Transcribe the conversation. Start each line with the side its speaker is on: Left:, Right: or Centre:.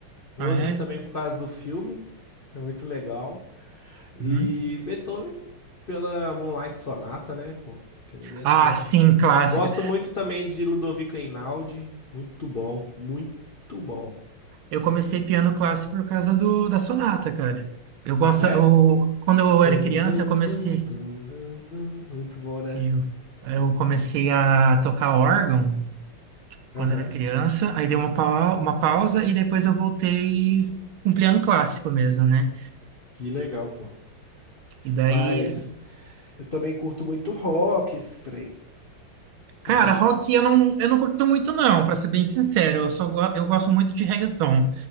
Left: Mozart
Right: Ah, é?
Left: também por causa do filme, é muito legal. E
Right: Uhum.
Left: Beethoven pela Moonlight Sonata, né, pô? Aquilo ali é
Right: Ah,
Left: top.
Right: sim, clássica.
Left: Gosto muito também de Ludovico Einaudi. Muito bom, muito bom.
Right: Eu comecei piano clássico por causa do, da sonata, cara. Eu gosto,
Left: É?
Right: eu, quando eu
Left: Tum,
Right: era criança,
Left: dum,
Right: eu comecei,
Left: dum, tum, dum, dum. Muito bom, né?
Right: eu, eu comecei a tocar órgão quando
Left: Aham.
Right: era criança, aí dei uma, pau- uma pausa e depois eu voltei com piano clássico mesmo, né?
Left: Que legal, pô.
Right: E daí
Left: Mas eu também curto muito rock, esses trem.
Right: Cara,
Left: Assim.
Right: rock eu não, eu não curto muito não, pra ser bem sincero. Eu só go- eu gosto muito de reggaeton.